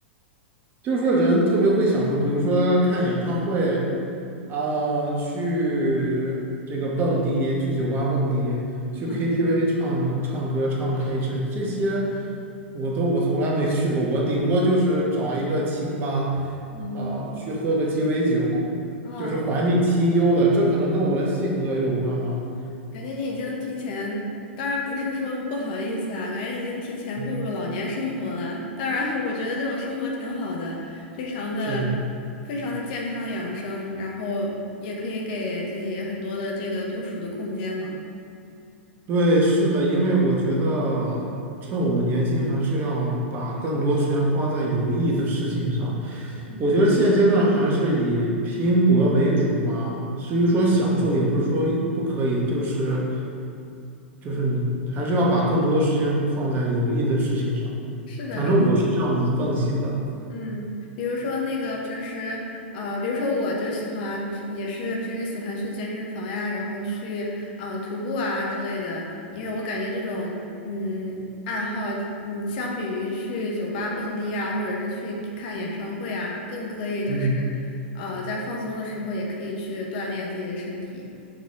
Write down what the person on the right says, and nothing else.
就是说人特别会享受，比如说看演唱会啊，去这个蹦迪，去酒吧蹦迪，
去 KTV 唱唱歌、唱 K 这这些，我都我从来没去过，我顶多就是找一个清吧
啊，去喝个鸡尾酒，
就是环境清幽的，这可能跟我的性格有关吧。
嗯，
是。
对，是的，因为我觉得趁我们年轻，还是要把更多时间花在有意义的事情上。
我觉得现阶段还是以拼搏为主吧。至于说享受，也不是说不可以，就是就是你还是要把更多时间放在有意义的事情上。
反正我是这样子奉行的。
嗯，